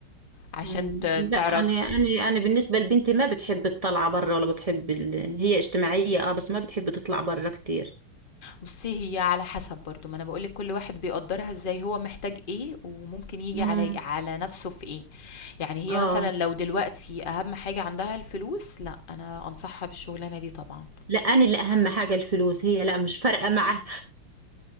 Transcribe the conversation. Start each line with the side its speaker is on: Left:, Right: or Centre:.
Left: عشان
Right: مم.
Left: ت
Right: لا
Left: تعرف
Right: انا انا انا بالنسبه لبنتي ما بتحب الطلعه برا ولا بتحب ال... هي اجتماعيه اه بس ما بتحب تطلع برا كتير
Left: بُصّي، هي على حسب برضه، ما أنا باقول لِك كل واحد بيقدّرها إزاي، هو محتاج إيه، وممكن ييجي
Right: امم
Left: علي على نَفْسه في إيه. يعني هي
Right: اه
Left: مثلًا لو دلوقتي أهم حاجة عندها الفلوس، لأ، أنا أنصحها بالشُغلانة دي طبعًا.
Right: لا انا اللي اهم حاجه الفلوس هي لا مش فارقه معاها